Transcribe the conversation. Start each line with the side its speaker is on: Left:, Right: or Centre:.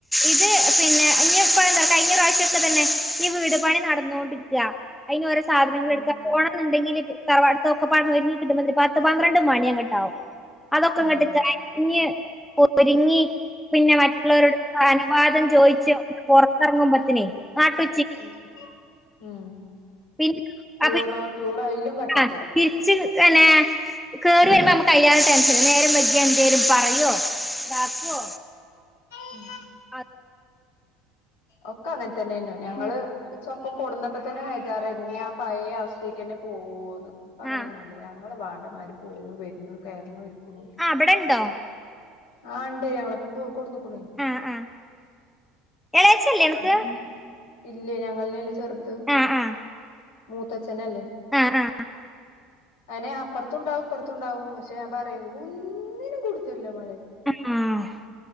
Centre: ഇത് പിന്നെ ഇപ്പ എന്താ കഴിഞ്ഞ പ്രാവശ്യ തന്നെ ഈ വീട് പണി നടന്നൊടിക്ക അതിന് ഓരോ സാധനങ്ങൾ
Left: ഉം
Centre: എടുക്കാ പോണം ന്നുണ്ടെങ്കിൽ തറവാട്ത്തൊക്കപ്പാടെ ഒരുങ്ങി കിട്ടുമപൊത്തിൻ പത്ത് പന്ത്രണ്ട് മണി അങ്ങട്ടാവും അതൊക്കെ
Left: ഉം
Centre: ഇങ്ങോട്ട് കഴിഞ്ഞ് ഒരുങ്ങി പിന്നെ മറ്റുള്ളവരുടെ അനുവാദം ചോയിച്ച് പുറത്തിറങ്ങുമ്പത്തനെ നാട്ടു
Left: ഉം ഉം
Centre: പിന്നെ
Left: ടൂറോ
Centre: അപ്പൊ
Left: ടൂറയിലും കട്ട
Centre: ആ
Left: ആക്കരം
Centre: തിരിച്ച് പിന്നെ കേറി വരുമ്പോ നമ്മുക്ക് അതിലേറെ ടെൻഷൻ നേരം വൈകിയ എന്തേരും പറയോ ബാക്കോ
Left: ഉം
Centre: അ
Left: ഒക്കെ അങ്ങനെ തന്നെയന്നു ഞങ്ങള്
Centre: ഉം
Left: ചൊപ്പം കൊട്ന്നപ്പോ തന്നെ വേചാറായിരുന്നു ഇ ആ പഴയ അവസ്ഥയേക്ക് തന്നെ പൊവൊന്ന് ഇപ്പൊ അങ്ങനെയൊന്നുല്ല
Centre: ആ
Left: ഞങ്ങള് വാണ്ടമാര് പോകു വരുന്നു കേറണു ഇരിക്കുന്നു
Centre: ആ ബടെണ്ടോ
Left: ആണ്ട് ഞങ്ങളപ്പം പോ കൊടുന്നക്കണേ
Centre: ആ ആ എളേച്ചല്ലേ അനക്ക്
Left: അത ഇല്ല ഞങ്ങൾന്നല്ല ചെറുത്
Centre: ആ ആ
Left: മൂത്തച്ഛനല്ലേ
Centre: ആ ആ
Left: അതിനെ അപ്പുറത്തുണ്ടാവും ഇപ്പുറത്തുണ്ടാവും പക്ഷെ ഞാൻ പറയൂ ഒന്നിനും കൊടുത്തല്ല മളെ
Centre: <unintelligible>